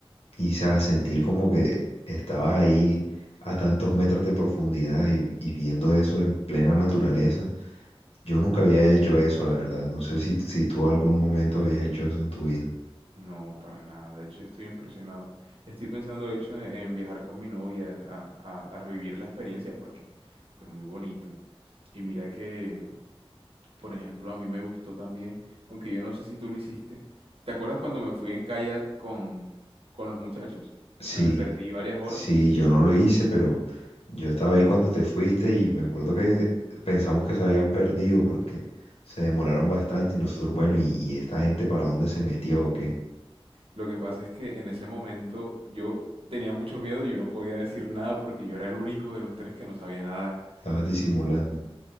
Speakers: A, on the left (about 80°); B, on the right (about 70°).
A: y, o sea, sentir como que estabas ahí a tantos metros de profundidad y, y viendo eso en plena naturaleza. Yo nunca había hecho eso, la verdad. No sé si, si tú algún momento habías hecho eso en tu vida.
B: no, para nada. De hecho, yo estoy impresionado. Estoy pensando, de hecho, en, en viajar con mi novia a, a- a revivir la experiencia porque fue muy bonito. Y mira que, por ejemplo, a mí me gustó también, aunque yo no sé si tú lo hiciste. ¿Te acuerdas cuando me fui en kayak con, con los muchachos?
A: Sí,
B: Que me perdí varias horas.
A: sí, yo no lo hice, pero yo estaba ahí cuando te fuiste y me acuerdo que pensamos que se habían perdido porque se demoraron bastante y nosotros, bueno, ¿y, y esta gente para dónde se metió o qué?
B: Lo que pasa es que en ese momento yo tenía mucho miedo y yo no podía decir nada porque yo era el único de los tres que no sabía nadar.
A: Estabas disimulando.